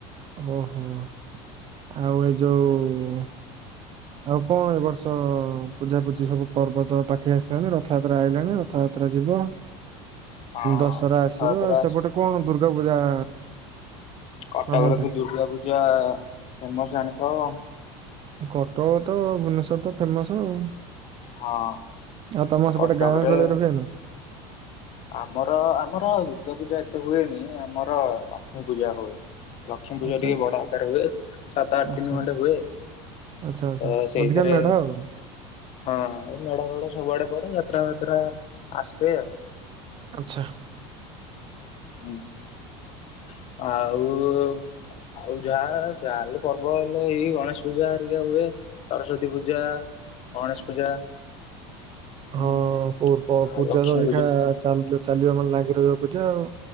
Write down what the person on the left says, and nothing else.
ହଁ
ରଥଯାତ୍ରା
କଟକରେ
ତ ଦୁର୍ଗା ପୂଜା ଫେମସ ଜାଣିଥିବ।
ହଁ
କଟକରେ
ଆମର ଆମର ଦୁର୍ଗା ପୂଜା ଏତେ ହୁଏନି। ଆମର ଲକ୍ଷ୍ମୀ ପୂଜା ହୁଏ। ଲକ୍ଷ୍ମୀ ପୂଜା
ଟିକେ
ବଡ ଆକାର ହୁଏ। ସାତ ଆଠ
ଦିନ ଖଣ୍ଡେ ହୁଏ।
ଅ ସେଇଥିରେ
ହଁ ଏ ମେଢ ଫେଡ ସବୁଆଡେ ପଡେ ଯାତ୍ରା ଫାତ୍ରା ଆସେ ଆଉ।
ହୁଁ। ଆଉ ଆଉ ଯାହା ଯାହେଲେ ପର୍ବ ହେଲେ ଏଇ ଗଣେଶ ପୂଜା ହେରିକା ହୁଏ। ସରସ୍ଵତୀ ପୂଜା, ଗଣେଶ ପୂଜା। ହୁଁ
ଆଉ
ଲକ୍ଷ୍ମୀ